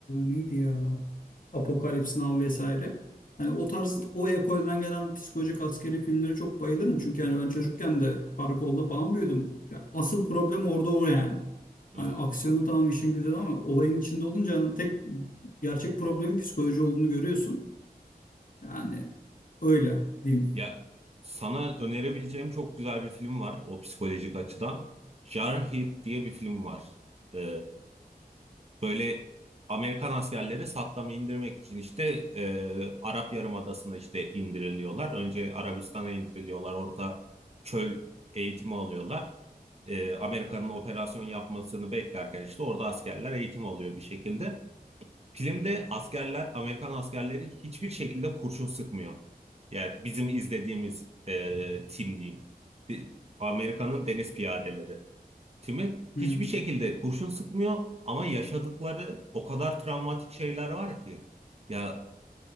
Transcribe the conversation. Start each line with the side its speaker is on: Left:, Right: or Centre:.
Left: neydi ya Apokalips Now vesaire. Hani o tarz o ekolden gelen psikolojik askeri filmlere çok bayılırım. Çünkü yani ben çocukken de karakolda falan büyüdüm. Ya asıl problem orada o yani.
Right: Evet.
Left: Hani aksiyonu tamam işin güzel ama olayın içinde olunca hani tek gerçek problemin psikoloji olduğunu görüyorsun. Yani öyle diyeyim.
Right: Ya sana önerebileceğim çok güzel bir film var o psikolojik açıdan. Jarhead diye bir film var. E, Böyle Amerikan askerleri Saddam'ı indirmek için işte e, Arap Yarımadası'na işte indiriliyorlar. Önce Arabistan'a indiriliyorlar. Orada çöl eğitimi alıyorlar. E, Amerika'nın operasyon yapmasını beklerken işte orada askerler eğitim alıyor bir şekilde. Filmde askerler, Amerikan askerleri hiçbir şekilde kurşun sıkmıyor. Yani bizim izlediğimiz e, tim diyeyim. Di- Amerika'nın deniz piyadeleri. Tim'e
Left: Hmm.
Right: hiçbir şekilde kurşun sıkmıyor ama yaşadıkları o kadar travmatik şeyler var ki. Ya